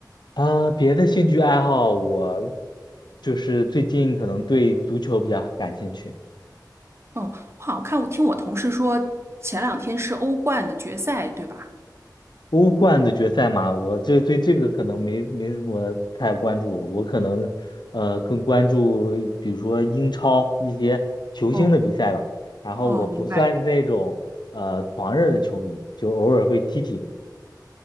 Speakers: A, on the left (about 75°); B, on the right (about 35°).
A: 啊、别的兴趣爱好我就是最近可能对足球比较感兴趣。
B: 嗯，我好像看，我听我同事说前两天是欧冠的决赛，对吧？
A: 欧冠的决赛嘛，我这对这个可能没没怎么太关注，我可能呃更关注比如说英超一些球星的比赛吧。
B: 哦
A: 然后我不算是那种呃狂热的球迷，
B: 哦，明白。
A: 就偶尔会踢踢。